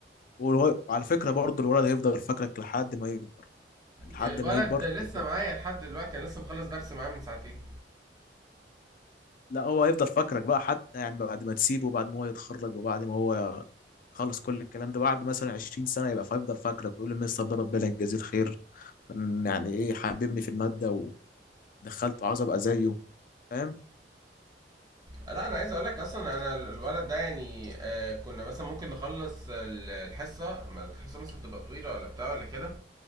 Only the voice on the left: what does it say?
وهو- وعلى فكرة برضه الولد هيفضل فاكرك لحد ما يكبر لحد
ما يكبر
هيبقى-
لا هو هيفضل فاكرك بقى حتى يعني بعد ما تسيبه وبعد ما هو يتخرج وبعد ما هو خلص كل الكلام ده بعد مثلا 20 سنة يبقى فيفضل فاكرك ويقول المستر ده ربنا يجازيه الخير كان يعني ايه حببني في المادة ودخلته عاوز ابقى زيه فاهم